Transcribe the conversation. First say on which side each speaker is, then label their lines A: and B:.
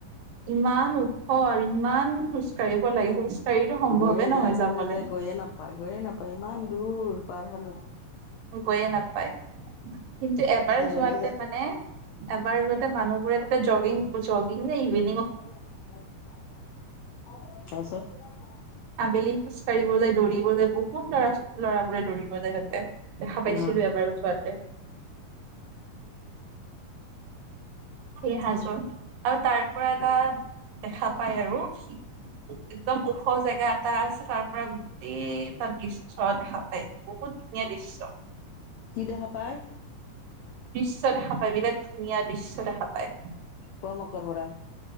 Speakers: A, on the right (about 80°); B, on the left (about 80°).
A: ইমান ওখৰ ইমান কাঢ়িব লাগে খোজ কাঢ়িতো সম্ভৱে
B: গৈয়ে
A: নহয়
B: যায়
A: যাবলে।
B: মানে যায় গৈয়ে নাপায় -গৈয়ে নাপায় ইমান দূৰ। পাহাৰ
A: গৈয়ে নাপায় কিন্তু এবাৰ
B: ভাল
A: যোৱাতে
B: লাগে যায়
A: মানে। এবাৰ গতে মানুহবোৰেতে জগিং - জগিং নে ইভে
B: <inaudible> তাৰপাছত
A: আবেলি খোজ কঢ়িব যায় দৌৰিব যায় বহুত লৰা লৰাবোৰে দৌৰিব যায় সিহঁতে দেখা পাইছিলো
B: আহ
A: এবাৰ চোৱাতে। এ হাজৰ আৰু তাৰ পৰা এটা দেখা পাই আৰু একদম ওখ জেগা এটা আছে তাৰ পৰা গোটেই এটা দৃশ্য দেখা পায়। বহুত ধুনীয়া দৃশ্য।
B: কি দেখা পায়?
A: দৃশ্য দেখা পায় বিৰাট ধুনীয়া দৃশ্য দেখা পায়।
B: পম অকৰৰ বৰা